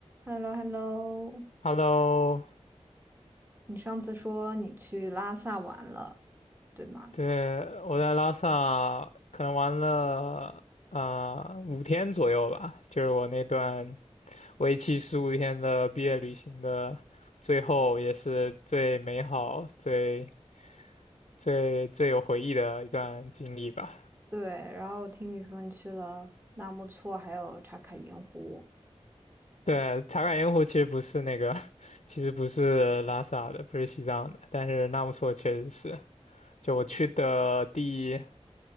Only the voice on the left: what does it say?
Hello，
对，我在拉萨可能玩了呃五天左右吧，就是我那段为期十五天的毕业旅行的最后，也是最美好、最最最有回忆的一段经历吧。
对，茶卡盐湖其实不是那个，<laughs> 其实不是拉萨的，不是西藏的，但是纳木错确实是，就我去的第。